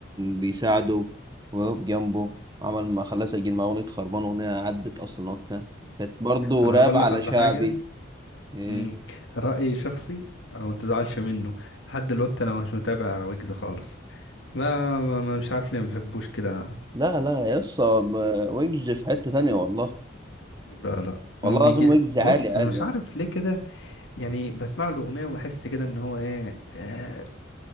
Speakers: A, on the right; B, on the left.
A: بيساعده ويقف جنبه عمل ما خلاه سجل معاه اغنية خربان اغنية عدت اصلا وقتها كانت برضه
B: انا
A: راب
B: اقول
A: على
B: لك على
A: شعبي
B: حاجه
A: إيه.
B: امم رايي شخصي او ما تزعلش منه لحد دلوقتي انا مش متابع ويجز خالص ما, ما ما- مش عارف ليه ما بحبوش كده
A: لا لا يا اسطى ب- ويجز في حتة تانية والله
B: لا لا
A: والله
B: ما
A: العظيم
B: بيجي
A: ويجز
B: بص
A: عالي عالي
B: مش
A: يعني.
B: عارف ليه كده يعني بسمع له اغنيه واحس كده ان هو ايه آه،